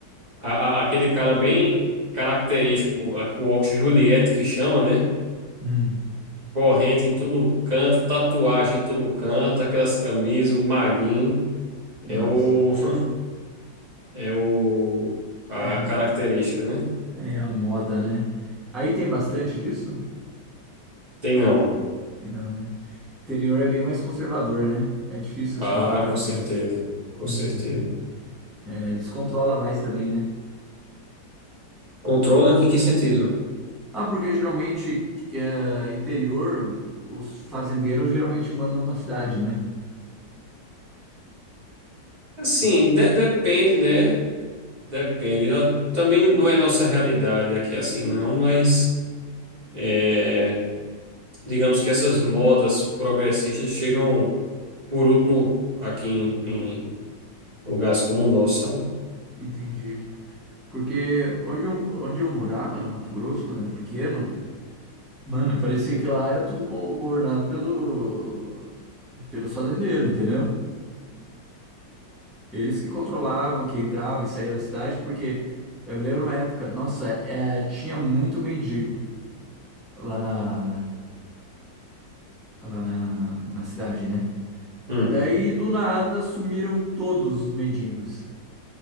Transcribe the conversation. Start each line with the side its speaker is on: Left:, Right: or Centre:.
Right: A- a- aquele cara bem característico, a- o óculos Juliette que chama, né?
Centre: Hum.
Right: Corrente em todo canto, tatuagem em todo canto, aquelas camisas, o maguinho.
Centre: Mas
Right: É o. <laughs> É o. A
Centre: é, a-
Right: característica, né?
Centre: é a moda, né? Aí tem bastante disso?
Right: Tem não.
Centre: Não, né? Interior é bem mais conservador, né? É difícil
Right: Ah,
Centre: você encontrar
Right: com
Centre: alguém.
Right: certeza. Com
Centre: Uhum.
Right: certeza.
Centre: É, eles controlam mais também, né?
Right: Controla em que sentido?
Centre: Ah, porque geralmente que, é, interior, os fazendeiros geralmente mandam na cidade, né?
Right: Assim,
Centre: Nossa,
Right: de- depende, né? Depende. Ah, Também n- não é nossa realidade aqui assim, não, mas. é, digamos que essas modas progressistas chegam. por último aqui em, em lugares como o nosso, sabe?
Centre: Entendi. Porque onde eu, onde eu morava, no Mato Grosso, quando era pequeno, mano, parecia que lá era tudo co- governado pelo, pelos fazendeiros, entendeu? Eles que controlavam, que entrava e saía da cidade, porque eu me lembro uma época, nossa, é, tinha muito mendigo lá na, lá na, na cidade, né?
Right: Hum.
Centre: Daí do nada sumiram todos os mendigos,